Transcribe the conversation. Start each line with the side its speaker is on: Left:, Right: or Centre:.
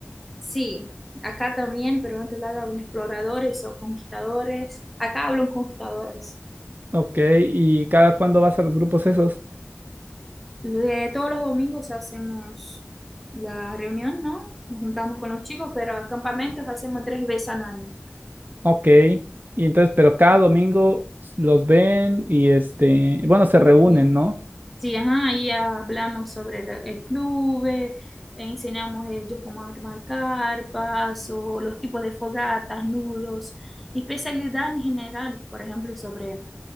Centre: Sí, acá también, pero en otro lado hablan exploradores o conquistadores. Acá hablan conquistadores.
Right: Ok, ¿y cada cuándo vas a los grupos esos?
Centre: De todos los domingos hacemos la reunión, ¿no? Nos juntamos con los chicos, pero campamentos hacemos tres veces al año.
Right: Ok. Y entonces, pero cada domingo los ven y este, bueno, se reúnen,
Centre: Sí,
Right: ¿no?
Centre: sí, ajá, ahí hablamos sobre el, el club, eh, enseñamos ellos cómo armar carpas o los tipos de fogatas, nudos y especialidad en general, por ejemplo, sobre